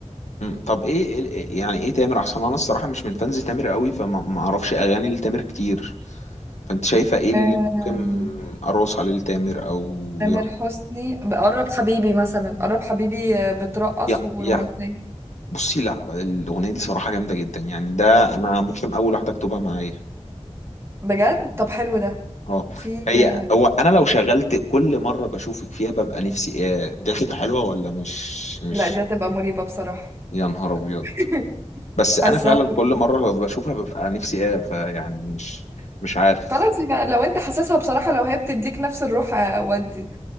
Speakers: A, on the left; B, on the right.
A: م، طب ايه إيه- يعني ايه تامر احسن انا الصراحه مش من فانز تامر قوي فما ما اعرفش اغاني لتامر كتير فانت شايفة ايه اللي
B: آم،
A: ممكن اروس عليه التامر او
B: تامر
A: يرا
B: حسني قرب حبيبي مثلا قرب حبيبي آه، بترقص
A: يا
B: ورومانسية
A: يا بصي لا الاغنية دي صراحة جامدة جدا يعني ده انا ممكن اول واحدة اكتبها معايا
B: بجد طب حلو ده
A: اه
B: في
A: هي
B: آه،
A: هو انا لو شغلت كل مرة بشوفك فيها ببقى نفسي ايه دي هتبقى حلوة ولا مش مش
B: لا دي هتبقى مريبة بصراحة
A: يا نهار ابيض
B: <laughs>
A: بس انا
B: حاسة
A: فعلا
B: مريبة
A: كل مرة بشوفها ببقى نفسي ايه فيعني مش مش عارف
B: خلاص يبقى لو انت حاسسها بصراحة لو هي بتديك نفس الروح آه، ودي